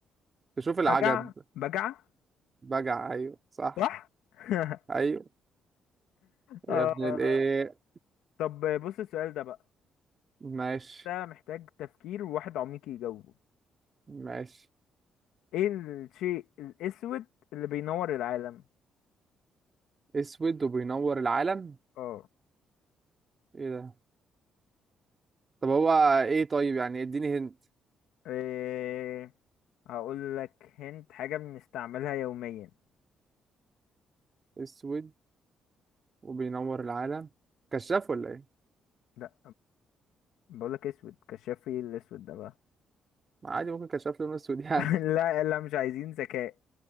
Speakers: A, on the right; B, on the left.
A: تشوف العجب
B: بجع بجع
A: بجع أيوه صح
B: صح <laughs>
A: أيوه
B: آه.
A: يا ابن الإيه
B: طب بص السؤال ده بقى
A: ماشي
B: ده محتاج تفكير وواحد عميق يجاوبه
A: ماشي
B: ايه الشيء الاسود اللي بينور العالم
A: أسود وبينور العالم
B: اه
A: إيه ده طب هو إيه طيب يعني إديني هنت
B: إيه... هقول لك هنت حاجة بنستعملها يوميا
A: أسود وبينور العالم كشاف ولا إيه؟
B: لا بقول لك اسود كشاف ايه الاسود ده بقى
A: ما عادي ممكن كشاف لونه أسود <laughs> يعني
B: <laughs> لا لا مش عايزين ذكاء